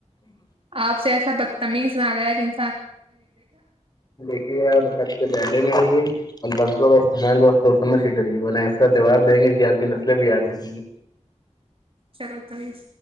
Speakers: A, on the right; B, on the left.
A: آپ سے ایسا بدتمیز نہ لایا کہن
B: دیکھیے آپ حد پہ بیٹھے میں رہے اور لفظوں استعال بم خش کرے گینیں ایسا جواب دیں گے کہ آپ کی نسلیں بھی یاد رکھیں گی
A: چلو تریز